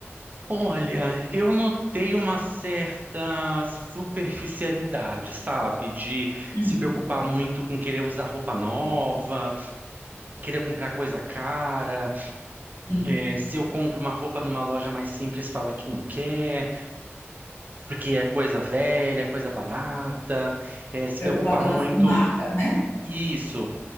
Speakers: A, on the right (about 40°); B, on the left (about 85°).
A: Olha, eu notei uma certa superficialidade, sabe? De
B: Hum,
A: se preocupar muito com querer usar roupa nova, querer comprar coisa cara.
B: sim.
A: É, se eu compro uma roupa numa loja mais simples, fala que não quer, porque é coisa velha, coisa barata. É, se
B: Preocupada
A: preocupar muito.
B: mais com marca, né?
A: Isso.